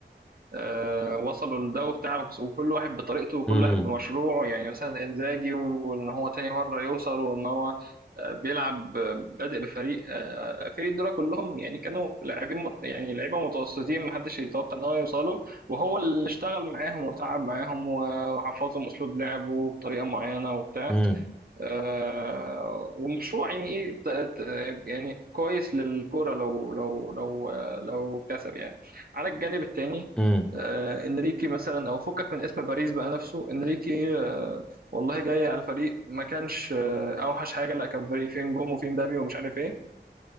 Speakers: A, on the right; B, in the centre.
A: أه وصلوا للدو بتاعه بس- وكل واحد بطريقته وكل
B: امم
A: واحد بمشروعه يعني مثلا انزاجي وان هو تاني مرة يوصل وان هو آه، بيلعب آه، بادئ بفريق آه، فريق دول كلهم يعني كانوا لاعبين مت- يعني لعيبه متوسطين محدش يتوقع ان هو يوصلوا وهو اللي اشتغل معاهم وتعب معاهم و- وحفظهم اسلوب لعبه بطريقه معينه وبتاع
B: امم
A: آه، ومشروع يعني ايه ت- ت- يعني كويس للكرة لو لو لو آه، لو كسب يعني على الجانب التاني
B: امم
A: آه، انريكي مثلا او فكك من اسم باريس بقى نفسه انريكي آه، والله جاي على فريق ما كانش آه، اوحش حاجه لا كان فريق فيه نجوم وفيه مبابي ومش عارف ايه